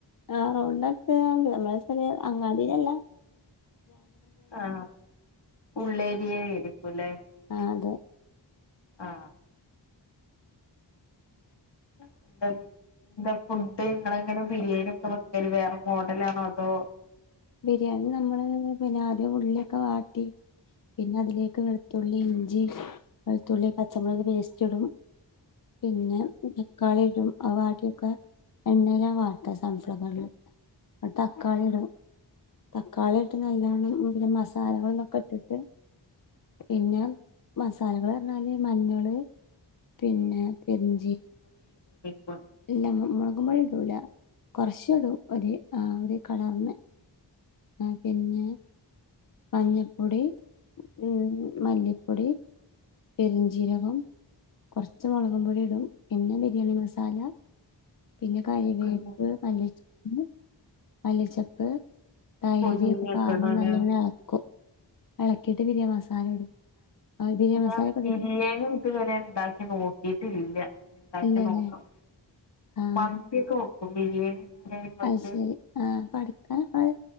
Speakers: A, on the left; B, on the left.
A: ആ റോഡിൻ്റട്ത്ത് നമ്മ <unintelligible> അ <unintelligible> അങ്ങാടിലല്ല
B: ആ ഉള്ളേരിയയിരിക്കുലെ
A: ആ അതെ
B: ആ <unintelligible> എന്താ ഫുഡ് ഇങ്ങളെങ്ങനെ ബിരിയാണി ഒക്കെ വെക്കല് വേറെ മോഡലാണോ അതോ
A: ബിരിയാണി നമ്മള് പിന്നെ അ ഉള്ളിയൊക്കെ വാട്ടി പിന്നെ അതിലേക്ക് വെള്ത്തുള്ളി ഇഞ്ചി വെള്ത്തുള്ളി പച്ചമുളക് പേസ്റ്റിടും പിന്നെ തക്കാളി ടും അവാട്ട്യൊക്കെ എണ്ണേലാ വാട്ട സൺഫ്ലവറില് ട്ട് തക്കാളി ടും തക്കാളിട്ട് നല്ലവണ്ണം ഉം പിന്നെ മസാലകളന്നൊക്കെ ഇട്ടിട്ട് പിന്നെ മസ ലകളർഞ്ഞാല് മഞ്ഞള് പിന്നെ പെര്‌ഞ്ചീ
B: വ
A: മ് മ് മോളകും പൊടി ഇടൂല കൊർച്ചിടും ഒര് ആ ര് കളറിന് ആ പിന്നെ മഞ്ഞപ്പൊടി ഉം മല്ലിപ്പൊടി പെരിഞ്ചിരകം കുറച്ച് മുളകും പൊടി ഇടും പിന്നെ ബിരിയാണി മസാല പിന്നെ കറിവേപ്പ്
B: പിന്നെ
A: മല്ലിച്ചപ്പ് മല്ലിച്ചപ്പ് തൈര്
B: പൊതീനയൊക്കെ
A: ഒക്കെ പാർന്ന്
B: ഇടൂലേ
A: നല്ലവണ്ണം ഇളക്കും ഇളക്കിട്ട് പിന്നെ മസാല <unintelligible>
B: ഞാൻ
A: മസാല ഇടും
B: ബിരിയാണി ഇതുവരെ ഉണ്ടാക്കി നോക്കിട്ടി ഇല്ല ഉണ്ടാക്കി
A: ഇല്ലല്ലേ
B: നോക്കാം
A: ആഹ്
B: മന്തി ഒക്കെ ബിരിയാണി ഇതുവരെ വെക്ക്
A: അത് ശരി ആഹ് പഠിക്കാൻ നമ്മള്